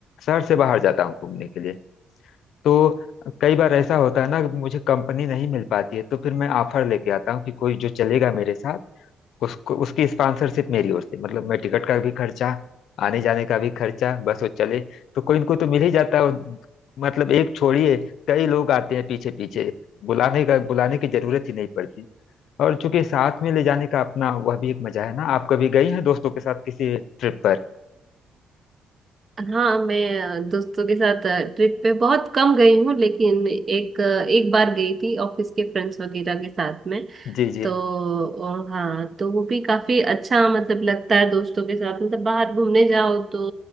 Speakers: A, on the left (about 75°); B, on the right (about 40°).
A: शहर से बाहर जाता हूँ घूमने के लिए तो कई बार ऐसा होता है ना कि मुझे कंपनी नहीं मिल पाती है तो फिर मैं ऑफर लेके आता हूँ कि कोई जो चलेगा मेरे साथ उसको उसकी स्पॉन्सरशिप मेरी ओर से मतलब मैं टिकट का भी खर्चा आने जाने का भी खर्चा बस वो चले तो कोई इनको तो मिल ही जाता है और मतलब एक छोड़िए कई लोग आते हैं पीछे पीछे बुलाने का बुलाने की जरूरत ही नहीं पड़ती और चूंकि साथ में ले जाने का अपना वह भी एक मजा है ना आप कभी गई हैं दोस्तों के साथ किसी ट्रिप पर
B: हाँ मैं अ, दोस्तों के साथ ट्रिप पे बहुत कम गई हूँ लेकिन एक अ, एक बार गई थी ऑफिस के फ्रेंड्स वगैरह के साथ में
A: जी जी
B: तो और हाँ तो वो भी काफी अच्छा मतलब लगता है दोस्तों के साथ मतलब बाहर घूमने जाओ तो